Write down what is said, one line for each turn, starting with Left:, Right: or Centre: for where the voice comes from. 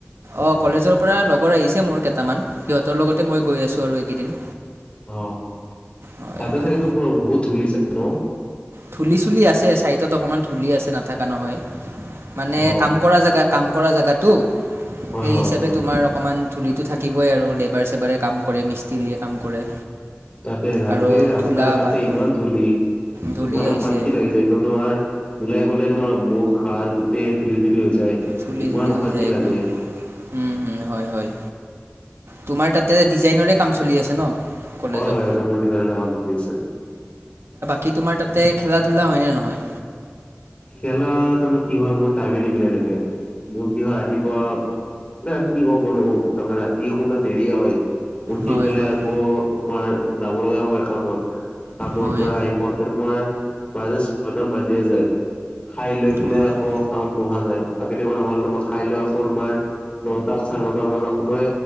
Right: অঁ কলেজৰ পৰা লগৰ আহিছে মোৰ কেইটামান সিহঁতৰ লগতে মই গৈ আছোঁ আৰু এইকেইদিন।
Left: অ
Right: হয়
Left: তাতে
Right: হয়
Left: থাকেতো প বহুত খুলিছে ন
Right: ধুলি চুলি আছে চাইডত অকমান ধূলি আছে নাথাকা নহয় মানে
Left: অ
Right: কাম কৰা জেগাত কাম কৰা জেগাটো
Left: হয়
Right: সেই
Left: হয়
Right: হিচাপে তোমাৰ অকণমান ধূলিতটো থাকিবই আৰু লেবাৰ চেবাৰে কাম কৰে মিস্ত্ৰীয়ে কাম কৰে।
Left: তাকে ৰাজগৰি
Right: আৰু
Left: ৰাস্তা
Right: ধূলা
Left: ঘাটে
Right: বালু
Left: ইমান ধূলি।
Right: ধূলি
Left: ইমান
Right: হৈছে
Left: অশান্তি লাগি যায় একদম তোমাৰ ওলাই গলে তোমাৰ মুখ সাৰ গোটেই ধূুলি ধূুলি হৈ যায়।
Right: চুলি
Left: ইমান
Right: ধুলি
Left: অশান্তি
Right: হৈ যায় একদম
Left: লাগে
Right: হম হম হয় হয় তোমাৰ তাতে ডিজাইনৰে কাম চলি আছে ন কলেজত
Left: হয় হয় ইতে মোৰ ডিজাইনে আৰাম চ দি আছে
Right: কি তোমাৰ তাতে খেলা ধূলা হয় নে নহয়
Left: খেলা তাৰমানে কি হয় মোৰ টাইমে নিমিলে এনেকে কিন্তু কি হয় ৰাতি পোৱা এ কি কৰো বোলো। তাৰে ৰাতি সোতে দেৰিয়ে হয় উঠি
Right: হয়
Left: পেলাই
Right: হয়
Left: আকৌ তোমাৰ যাব লগা হয় কামত কামৰ
Right: হয়
Left: পৰা আহি পাওঁ তে মই মাজ সদা মাজে যায় <unintelligible> খাই লৈ পেলাই
Right: হয়
Left: আকৌ
Right: অঁ
Left: কত বহা যায় বাকি টাইমত নহ'লে তোমাৰ খাই লৈ আকৌ তোমাৰ চাৰে নটা মান বজাত মই